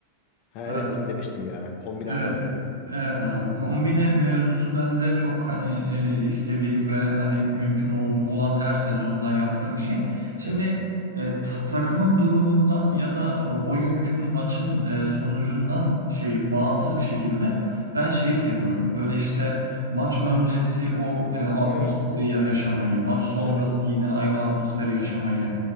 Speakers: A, on the left (about 40°); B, on the right (about 80°).
A: Ha
B: Ee,
A: evet onu demiştim ya. Kombinem
B: Evet,
A: vardı.
B: evet abi kombine mevzusu bende çok hani e, istediğim ve hani mümkün ol-
A: Hı-hı.
B: olan her sezonda yaptığım bir şey. Şimdi
A: Evet.
B: e, ta- takımın durumundan ya da o, o günkü maçın e, sonucundan şey bağımsız bir şekilde ben şeyi seviyorum. Böyle işte maç öncesi o e, atmosferi
A: Hı.
B: ya- yaşamayı, maç sonrası
A: Evet.
B: yine aynı atmosferi yaşamayı.